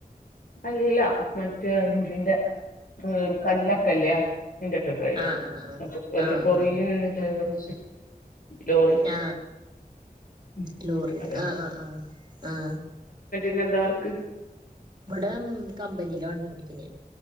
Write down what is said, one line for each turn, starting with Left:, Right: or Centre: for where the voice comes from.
Left: അല്ല മറ്റേ ഇംതിന്റെ ഉം കല്ലൊക്കെല്യേ എന്റെക്കെ ഡ്രൈവർ
Right: ആഹ് ആഹ് ആഹ്
Left: <unintelligible>
Right: ആഹ്
Left: കോറീല് <unintelligible> ഡ്രൈവറ് ലോറി
Right: ആ
Left: ഉം
Right: ലൂറി
Left: അതെന്നെ
Right: ആഹ് ആഹ് ആആ
Left: ഇഞ്ഞെന്താ വർക്ക്
Right: ഇവിടെ കമ്പനിയില വണ്ടി ഓടിക്കൽ